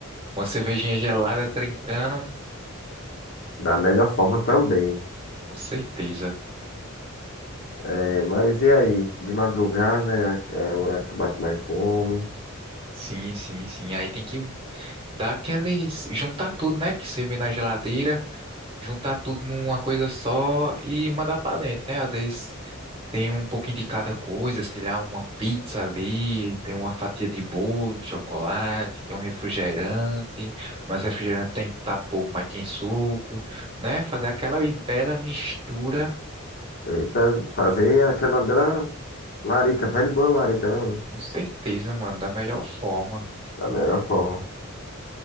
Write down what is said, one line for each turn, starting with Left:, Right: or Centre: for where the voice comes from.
Right: Uma cervejinha gelada trincando,
Left: Da melhor forma também.
Right: com certeza.
Left: É, mas e aí? De madrugada é, é o horário que bate mais fome.
Right: Sim, sim, sim. Aí tem que dar aqueles. Juntar tudo, né? Que você vê na geladeira, juntar tudo numa coisa só e mandar pra dentro, né? Às vezes. Tem um pouquinho de cada coisa, sei lá, uma pizza ali, tem uma fatia de bolo, de chocolate, tem um refrigerante, mas refrigerante tem tá pouco, mas tem suco, né? Fazer aquela bela mistura,
Left: Eita, fazer aquela bela larica, velho e boa larica, né, mano?
Right: com certeza, mano, da melhor forma.
Left: Da melhor forma.